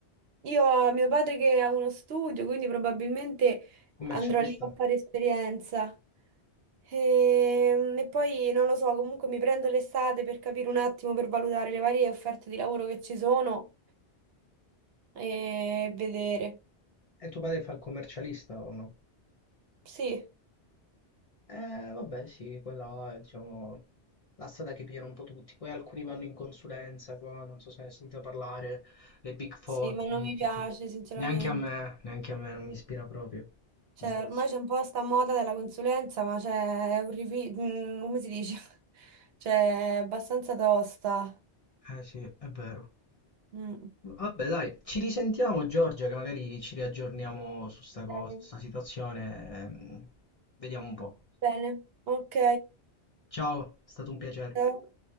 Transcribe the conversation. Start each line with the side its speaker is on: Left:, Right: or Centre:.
Right: io ho mio padre che ha uno studio, quindi probabilmente
Left: Commercialista?
Right: andrò lì a fare esperienza. E, e poi non lo so, comunque mi prendo l'estate per capire un attimo, per valutare le varie offerte di lavoro che ci sono e vedere.
Left: E tuo padre fa il commercialista o no?
Right: Sì,
Left: Eh, vabbè, sì, quella è, diciamo, la strada che pigliano un po' tutti. Poi alcuni vanno in consulenza, qua, non so se hai sentito parlare, le Big Four,
Right: sì, ma non
Left: eh,
Right: mi
Left: tutti.
Right: piace sinceramente.
Left: Neanche a me, neanche a me non mi ispira proprio.
Right: Cioè,
Left: Zero.
Right: ormai c'è un po' sta moda della consulenza, ma c'è è un rifi- mm, come si dice? <laughs> Cioè, è abbastanza tosta.
Left: Eh sì, è vero.
Right: Mm.
Left: Vabbè, dai, ci risentiamo Giorgia, che magari ci riaggiorniamo su sta cosa,
Right: Ok,
Left: su sta situazione. ehm, Vediamo un po'.
Right: Bene, ok.
Left: Ciao, è stato un piacere.
Right: Ciao.